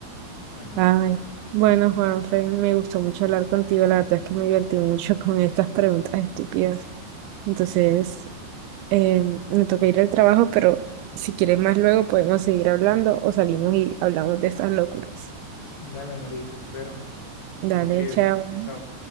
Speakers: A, on the left; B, on the right.
A: Ajá.
B: Ay, bueno, Juanfe, me gustó mucho hablar contigo, la verdad es que me divertí mucho <laughs> con estas preguntas estúpidas. Entonces, Em, me toca ir al trabajo, pero si quieres más luego podemos seguir hablando o salimos y hablamos de estas locuras.
A: Dale, María, te espero.
B: Dale,
A: Me escribes.
B: chao.
A: Chao.